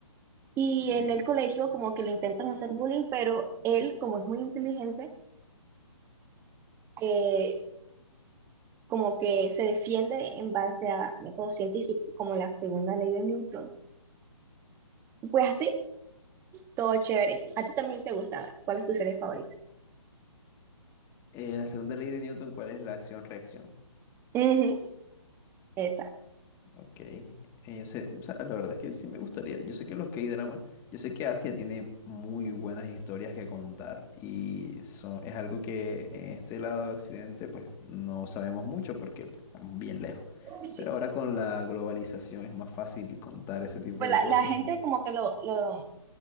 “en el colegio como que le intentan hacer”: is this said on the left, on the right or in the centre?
Right